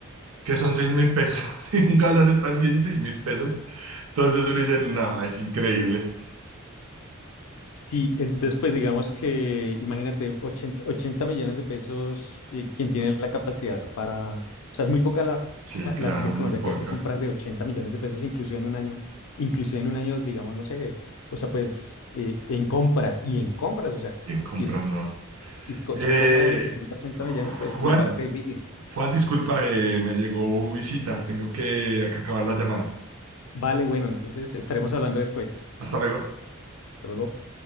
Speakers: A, on the right; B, on the left.
A: ¿Qué son 6 mil pesos? <laughs> Si un galón está en 16 mil pesos. Entonces uno dice, nada, es increíble.
B: Sí, entonces pues digamos que imagínate 80 80 millones de pesos eh, quien tiene la capacidad para, o sea, es muy poca la,
A: Sí, claro,
B: la gente en Colombia
A: muy poca.
B: que hace compras de 80 millones de pesos inclusive en un año, inclusive en un año, digamos, no sé, o sea, pues eh, en compras y en compras, o sea,
A: Y en compras
B: si es,
A: no.
B: si es co-
A: Eh,
B: son compras de 70, 80 millones, pues
A: Juan,
B: me parece difícil.
A: Juan, disculpa, eh, me llegó visita. Tengo que acabar la llamada.
B: Vale, bueno, entonces estaremos hablando después.
A: Hasta luego.
B: Hasta luego.